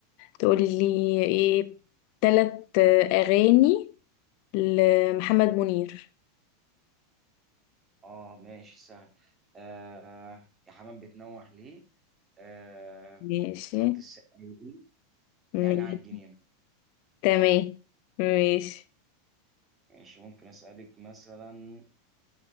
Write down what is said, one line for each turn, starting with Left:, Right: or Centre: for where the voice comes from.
Left: تقولي ايه تلات اغاني لمحمد منير
Right: اه ماشي سهل آه يا حمام بتنوح ليه آه
Left: ماشي
Right: حاره السقايين
Left: ماشي.
Right: نعناع الجنينه
Left: تمام ماشي
Right: ماشي ممكن اسالك مثلا